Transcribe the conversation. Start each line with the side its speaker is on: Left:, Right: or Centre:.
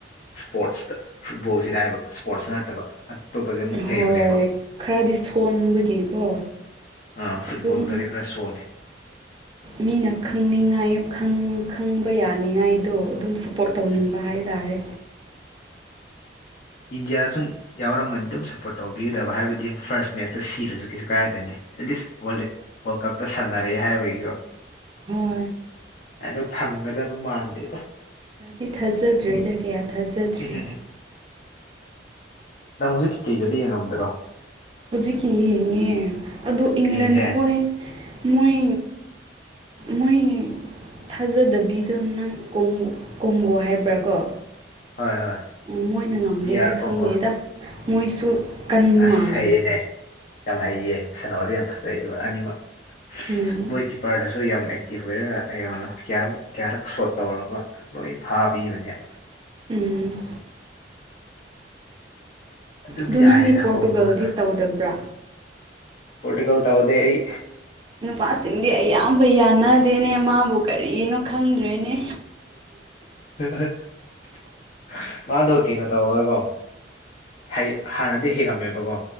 Left: ꯏꯁꯄꯣꯔꯠꯁꯇ ꯐꯨꯠꯕꯣꯜꯁꯤꯗ ꯍꯥꯏꯕ ꯏꯁꯄꯣꯔꯠꯁ ꯅꯠꯇꯕ ꯑꯇꯣꯞꯄꯗꯤ ꯑꯃꯨꯛ
Right: ꯍꯣꯏ
Left: ꯍꯩꯕꯅꯦꯕ
Right: ꯈꯔꯗꯤ ꯁꯣꯟꯕꯒꯤꯀꯣ
Left: ꯑ ꯐꯨꯠꯕꯣꯜꯗꯗꯤ
Right: ꯑꯗꯨꯝ
Left: ꯈꯔ ꯁꯣꯜꯂꯦ
Right: ꯃꯤꯅ ꯈꯪꯅꯤꯡꯉꯥꯏ ꯈꯪ ꯈꯪꯕ ꯌꯥꯅꯤꯡꯉꯥꯏꯗꯣ ꯑꯗꯨꯝ ꯁ ꯄꯣꯔꯠ ꯇꯧꯅꯤꯡꯕ
Left: ꯎꯝ
Right: ꯍꯥꯏꯇꯥꯔꯦ
Left: ꯏꯟꯗꯤꯌꯥ ꯁꯨꯝ ꯌꯥꯎꯔꯝꯃꯗꯤ ꯑꯗꯨꯝ ꯁꯞꯄꯣꯔꯠ ꯇꯧꯕꯤꯒꯗꯕ ꯍꯥꯏꯕꯗꯤ ꯑꯗꯨ ꯐꯥꯔꯁ ꯃꯦꯠꯆꯇ ꯁꯤꯔꯁꯨ ꯀꯩꯁꯨ ꯀꯥꯏꯗꯦꯅꯦ ꯑꯦꯠꯂꯤꯁ ꯋꯥꯜꯂꯦ ꯋꯥꯔꯜ ꯀꯞꯇ ꯁꯥꯟꯅꯔꯑꯦ ꯍꯥꯏꯕꯒꯤꯀꯣ
Right: ꯎꯝ
Left: ꯑꯗꯣ ꯐꯪꯒꯗꯕ ꯃꯥꯟꯗꯦꯗ
Right: ꯑꯩ ꯊꯥꯖꯗ꯭ꯔꯦꯗ ꯀꯌꯥ ꯊꯥꯖꯗ꯭ꯔꯦ
Left: ꯎꯝ ꯅꯪ ꯍꯧꯖꯤꯛꯀꯤ ꯀꯩꯀꯩꯗꯨꯗꯤ ꯌꯦꯡꯉꯝꯗ꯭ꯔꯣ
Right: ꯍꯧꯖꯤꯛ ꯌꯦꯡꯉꯦ ꯑꯗꯣ ꯏꯪꯂꯦꯟ
Left: ꯌꯦꯡꯉꯦ
Right: ꯈꯣꯏ ꯃꯣꯏ ꯃꯣꯏ ꯊꯥꯖꯗꯕꯤꯗ ꯅꯪ ꯀꯣꯡ ꯀꫭꯡꯒꯣ ꯍꯥꯏꯕ꯭ꯔꯥ ꯀꯣ
Left: ꯍꯣꯏ ꯍꯣꯏ
Right: ꯎꯝ ꯃꯣꯏꯅ ꯉꯝꯒꯦꯔꯥ
Left: ꯗꯤ ꯑꯥꯔ
Right: ꯈꯪꯗꯦꯗ
Left: ꯀꯣꯡꯒꯣ
Right: ꯃꯣꯏꯁꯨ ꯀꯟꯕ
Left: ꯑꯁ
Right: ꯃꯥꯜꯂꯦ
Left: ꯍꯩꯌꯦꯅꯦ ꯌꯥꯝ ꯍꯩꯌꯦ ꯁꯥꯟꯅꯕꯗ ꯌꯥꯝ ꯐꯖꯩꯕ ꯑꯅꯤꯃꯛ
Right: ꯎꯝ
Left: ꯃꯣꯏ ꯀꯤꯞꯄꯔꯗꯁꯨ ꯌꯥꯝ ꯑꯦ ꯇꯤꯞ ꯑꯣꯏꯔꯒ ꯌꯦꯡꯉꯣꯅꯣ ꯀꯌꯥꯃꯨꯛ ꯀꯌꯥꯔꯛ ꯁꯣꯠ ꯇꯧꯔꯒ ꯂꯣꯏ ꯐꯥꯕꯤꯕꯅꯦꯕ
Right: ꯎꯝ
Left: ꯑꯗꯨꯝ
Right: ꯑꯗꯨ
Left: ꯌꯥꯏꯌꯦꯗ
Right: ꯅꯪꯗꯤ ꯄꯣꯔꯇꯨꯒꯜꯗꯤ
Left: ꯀꯣꯡꯒꯣꯗꯣ
Right: ꯇꯧꯗꯕ꯭ꯔꯥ
Left: ꯄꯣꯔꯇꯨꯒꯜ ꯇꯧꯗꯦ ꯑꯩ
Right: ꯅꯨꯄꯥꯁꯤꯡꯗꯤ ꯑꯌꯥꯝꯕ ꯌꯥꯅꯗꯦꯅꯦ ꯃꯥꯕꯨ ꯀꯔꯤꯒꯤꯅꯣ ꯈꯪꯗ꯭ꯔꯦꯅꯦ
Left: <unintelligible> ꯃꯥꯗꯣ ꯀꯩꯅꯣ ꯇꯧꯕꯒꯣ ꯍꯩ ꯍꯥꯟꯅꯗꯤ ꯍꯤꯡꯉꯝꯃꯦꯕꯀꯣ